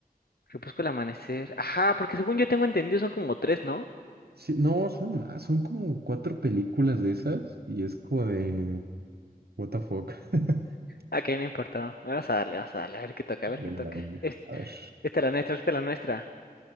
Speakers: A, on the left; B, on the right.
A: Crepúsculo amanecer. Ajá, porque según yo tengo entendido son como tres, ¿no?
B: Sí, no, son más, son como cuatro películas de esas y es como de what the fuck. <laughs>
A: Ah, que no importa. Vamos a darle, vamos a darle. A ver qué toca, a ver
B: Venga,
A: qué toca.
B: venga.
A: Es-
B: A ver.
A: esta es la nuestra, esta es la nuestra.